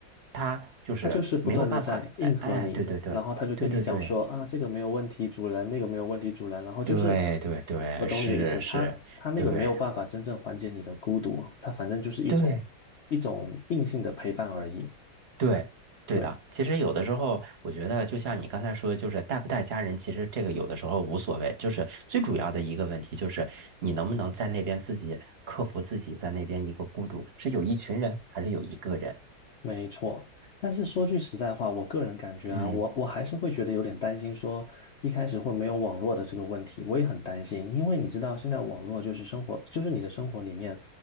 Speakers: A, on the right (about 45°); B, on the left (about 65°).
A: 它就是没有办法，
B: 他就是不断的在迎合你，
A: 哎哎，对对对对对对
B: 然后他就跟你讲说啊，这个没有问题，主人，那个没有问题，主人，然后就是
A: 对对对，
B: 我懂你的意思，
A: 是是，
B: 他他那个没有办法真正缓解你的孤独，
A: 对
B: 他反正就是一种一种硬性的陪伴而已，
A: 对。对，对的。
B: 对，
A: 其实有的时候，我觉得就像你刚才说的，就是带不带家人，其实这个有的时候无所谓。就是最主要的一个问题，就是你能不能在那边自己克服自己在那边一个孤独，是有一群人还是有一个人？
B: 没错，但是说句实在话，我个人感觉啊，
A: 嗯
B: 我我还是会觉得有点担心，说一开始会没有网络的这个问题，我也很担心，因为你知道现在网络就是生活，就是你的生活里面